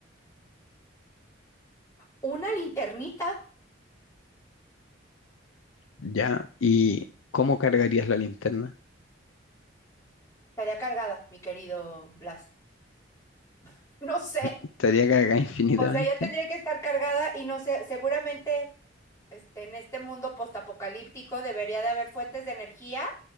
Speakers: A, on the left (about 15°); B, on the left (about 90°).
A: una linternita
B: ya? ¿Y cómo cargarías la linterna?
A: estaría cargada, mi querido Blas. <laughs> No sé,
B: ¿Estaría cargada <laughs> infinitamente?
A: o sea, ya tendría que estar cargada y no sé, seguramente este, en este mundo postapocalíptico debería de haber fuentes de energía